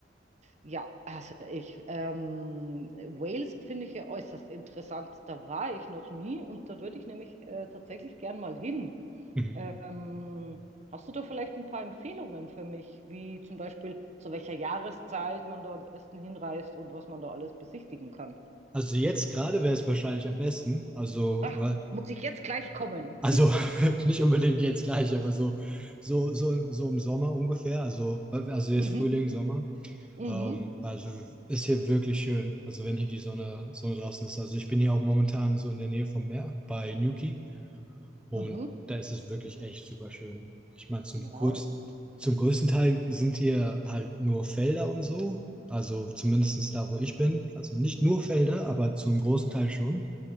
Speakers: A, on the right; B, in the centre.
A: Ja, also ich, ähm, Wales finde ich ja äußerst interessant. Da war ich noch nie und da würde ich nämlich äh, tatsächlich gern mal hin.
B: Mhm.
A: Ähm, hast du da vielleicht ein paar Empfehlungen für mich, wie zum Beispiel zu welcher Jahreszeit man da am besten hinreist und was man da alles besichtigen kann?
B: Also jetzt gerade wäre es wahrscheinlich am besten, also,
A: Ach,
B: weil-
A: muss ich jetzt gleich kommen?
B: also <laughs> nicht unbedingt jetzt gleich, aber so, so, so, so im Sommer ungefähr, also, also jetzt
A: Mhm.
B: Frühling, Sommer,
A: Mhm,
B: ähm, also ist hier wirklich schön, also wenn hier die Sonne, Sonne draußen ist, also ich bin hier auch momentan so in der Nähe vom Meer bei Newquay Und
A: mhm.
B: da ist es wirklich echt super schön. Ich meine, zum
A: Wow.
B: größten, zum größten Teil sind hier halt nur Felder und so. Also zumindest da, wo ich bin. Also nicht nur Felder, aber zum großen Teil schon.